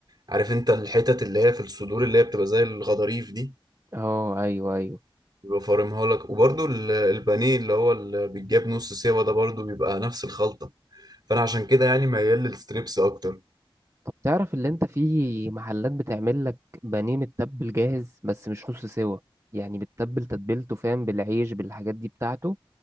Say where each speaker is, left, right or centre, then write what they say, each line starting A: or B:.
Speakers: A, on the right; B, on the right.
A: عارف انت الحتت اللي هي في الصدور اللي هي بتبقى زي الغضاريف دي
B: اه ايوه ايوه
A: بيبقى فارمها لك وبرده البانيه اللي هو اللي بيتجاب نص سوا ده برده بيبقى نفس الخلطة فأنا عشان كده يعني ميال للستريبس أكتر
B: طب تعرف اللي انت في محلات بتعمل لك بانيه متبل جاهز بس مش نص سوا يعني بتتبل تتبيلته فاهم بالعيش بالحاجات دي بتاعته